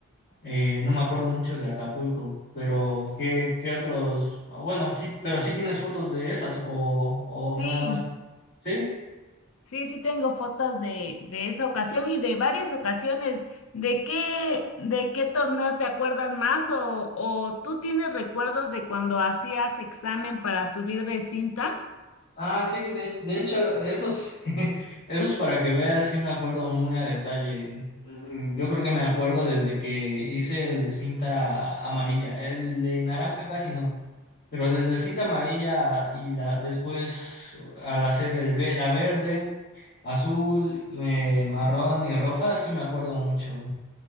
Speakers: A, on the left; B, on the left.
A: eh, no me acuerdo mucho de Acapulco. Pero, ¿qué, qué otros? Bueno, sí, pero sí tienes fotos de esas o, o nada
B: Sí.
A: más, ¿sí?
B: Sí, sí tengo fotos de, de esa ocasión y de varias ocasiones. ¿De qué, de qué torneo te acuerdas más o, o tú tienes recuerdos de cuando hacías examen para subir de cinta?
A: Ah, sí, de, de hecho, esos, <laughs> esos para que veas, sí me acuerdo muy a detalle. Mm, Yo creo que me acuerdo desde que hice el de cinta amarilla, el de naranja casi no, pero desde cinta amarilla y la, después al hacer el, ve- la verde, azul, eh, marrón y roja, sí me acuerdo mucho.